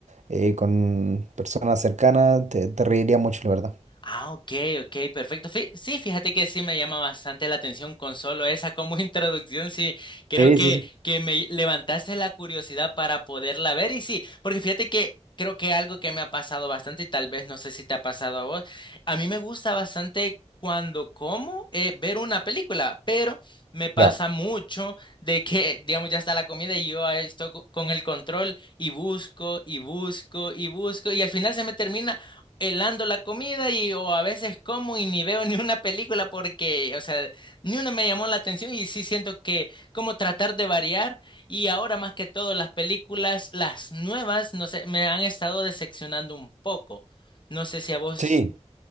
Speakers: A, on the right; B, on the left.
A: eh, con personas cercanas, te, te reirías mucho, la verdad.
B: Ah, ok, ok, perfecto. Fí- sí, fíjate que sí me llama bastante la atención con solo esa como <laughs> introducción. Sí, creo
A: Sí,
B: que,
A: sí, sí.
B: que me levantaste la curiosidad para poderla ver. Y sí, porque fíjate que creo que algo que me ha pasado bastante, y tal vez no sé si te ha pasado a vos, a mí me gusta bastante cuando como eh, ver una película, pero me pasa
A: Ya.
B: mucho de que, digamos, ya está la comida y yo ahí estoy co- con el control y busco y busco y busco y al final se me termina helando la comida y o a veces como y ni veo <laughs> ni una película porque, o sea, ni una me llamó la atención y sí siento que como tratar de variar y ahora más que todo las películas, las nuevas, no sé, me han estado decepcionando un poco. No sé si a vos
A: Sí,